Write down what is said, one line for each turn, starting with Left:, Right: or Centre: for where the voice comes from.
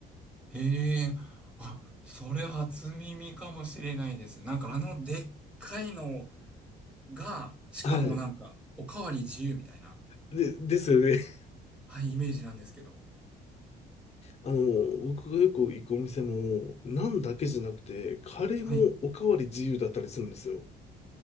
Centre: へえ、あ、それ初耳かもしれないです。なんかあのでっかいのが、しかもなんか、
Left: はい。
Centre: おかわり自由みたいな、
Left: で、ですよね。<laughs>
Centre: はい、イメージなんですけど。
Left: あの、僕がよく行くお店も、ナンだけじゃなくて、カレーもおかわり自由だったりするんですよ。
Centre: はい。